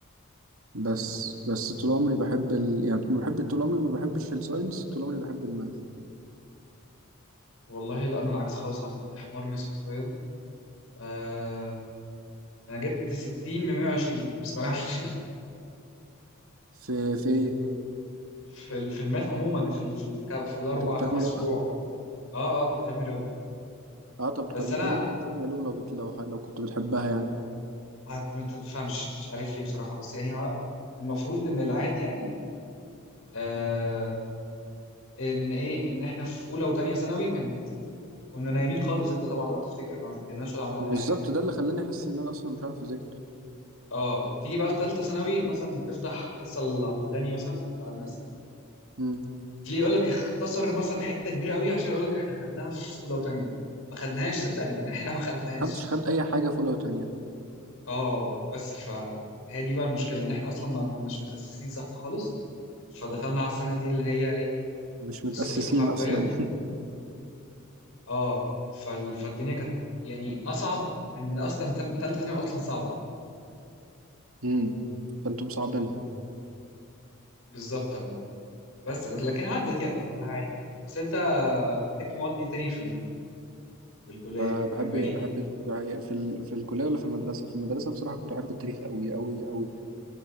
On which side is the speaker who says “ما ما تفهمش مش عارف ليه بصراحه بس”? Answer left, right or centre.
Left